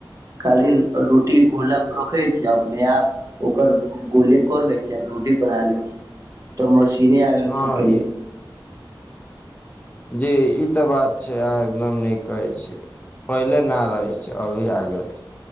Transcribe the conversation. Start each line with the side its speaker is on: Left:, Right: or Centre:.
Right: खाली रोटी घोला पर रखै छै अपने आप ओकर गोल कर ले छै रोटी बना ले छै तऽ मशीने आ गेल
Left: हँ
Right: छै
Left: ई जी ई तऽ बात छै अहाँ एकदम नीक कहे छी पहिले न रहे छै अभी आ गेल छै